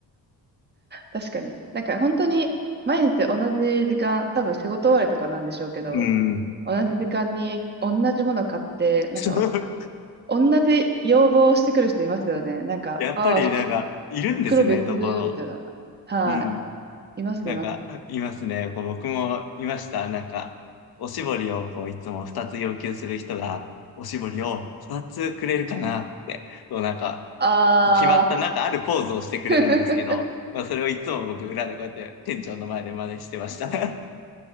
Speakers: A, on the right; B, on the left.
A: 確かに。なんか本当に、毎日同じ時間、多分仕事終わりとかなんでしょうけど、
B: う。うん。
A: 同じ時間に同じもの買って、なんか、
B: <laughs>
A: 同じ要望をしてくる人いますよね。なんか、
B: やっぱりなんか、
A: ああ、服、
B: いるんですね、
A: 袋別で、
B: どこの。
A: みたいな。は
B: うん。
A: い。います、
B: なんか、
A: います。
B: いますね。こう僕もいました。なんか、おしぼりをこういつも2つ要求する人が、おしぼりを2つくれるかなって、こうなんか、
A: あ
B: 決まったなんかあるポーズをしてくれるんですけど、
A: あ、<laughs>
B: まあそれをいつも僕裏でこうやって店長の前で真似してました。<laughs>